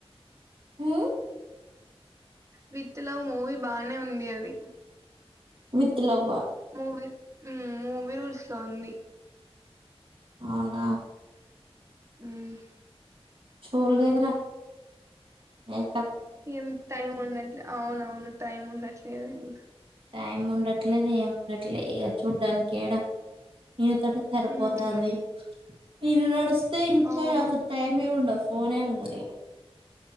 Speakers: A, on the right; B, on the right.
A: హ్మ్.
B: విత్ లవ్ మూవీ బానే ఉంది అది.
A: విత్ లవ్
B: మూవి ఊమ్ మూవీ రూల్స్ లో ఉంది
A: అవునా
B: ఊహ్
A: స్కూల్ లేదురా ఉ
B: ఏం టైం ఉండట్లే అవునవును టైం ఉండట్లేదు ఇంక
A: టైం ఉండట్లేదు, ఏం ఉండట్లే ఇక చూడ్డానికేడా. ఈయనతోటే సరిపోతాంది,
B: ఉమ్
A: ఈయన నడుస్తే ఇంకా
B: అవును
A: అస టైమే ఉండదు. ఫోనే ఉండది ఇగ